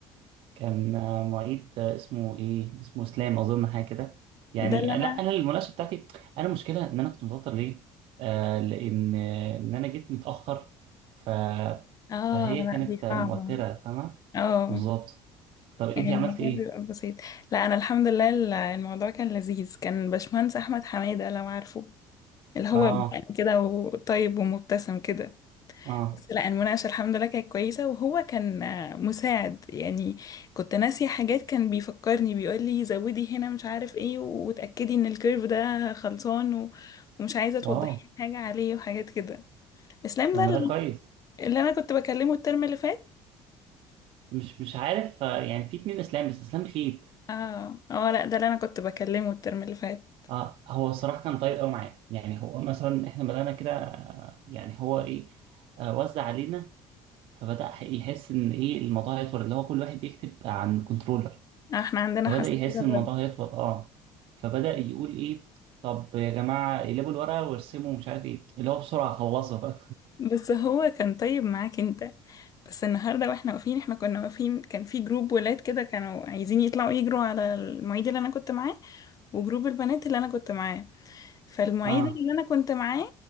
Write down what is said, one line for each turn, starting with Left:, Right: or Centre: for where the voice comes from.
Right: كان آه، معيد آه، اسمه ايه؟ اسمه اسلام اظن حاجه كده يعني
Left: ده اللي انا
Right: آه، لا انا المناقشه بتاعتي انا مشكله ان انا كنت متوتر ليه؟ آه لان آه، ان انا جيت متاخر ف
Left: اه
Right: فهي
Left: لا
Right: كانت
Left: دي
Right: آه،
Left: صعبة
Right: موتره فاهمه؟
Left: اه
Right: بالظبط طب انتي
Left: يعني الموضوع
Right: عملتي ايه؟
Left: بيبقى بسيط لا انا الحمد لله ال- الموضوع كان لذيذ كان باشمهندس احمد حمادة لو عارفه اللي هو
Right: اه
Left: بقى كده وطيب ومبتسم كده
Right: اه
Left: بس لا المناقشة الحمد لله كانت كويسة وهو كان آه، مساعد يعني كنت ناسية حاجات كان بيفكرني بيقول لي زودي هنا مش عارف ايه وتأكدي ان الكيرف ده خلصان و... ومش عايزة توضحي
Right: واو
Left: لي حاجة عليه وحاجات كده اسلام
Right: طب
Left: ده
Right: ما ده كويس
Left: اللي انا كنت بكلمه الترم اللي فات
Right: مش مش عارف آه، يعني في اتنين اسلام بس اسلام خيت
Left: اه اه لا ده اللي انا كنت بكلمه الترم اللي فات
Right: اه هو الصراحه كان طيب قوي معايا يعني هو مثلا احنا بدانا كده آه، يعني هو ايه آه، وزع علينا فبدا يحس ان ايه الموضوع يطول اللي هو كل واحد يكتب عن كنترولر
Left: آه، احنا عندنا
Right: فبدا
Left: حساسية
Right: يحس
Left: برضه
Right: ان الموضوع يطول اه فبدا يقول ايه طب يا جماعه اقلبوا الورقه وارسموا مش عارف ايه اللي هو بسرعه خلصوا بقى
Left: بس هو كان طيب معاك انت بس النهارده واحنا واقفين احنا كنا واقفين كان في جروب ولاد كده كانوا عايزين يطلعوا يجروا على المعيد اللي انا كنت معاه وجروب البنات اللي انا كنت معاه فالمعيد
Right: <laughs> اه
Left: اللي انا كنت معاه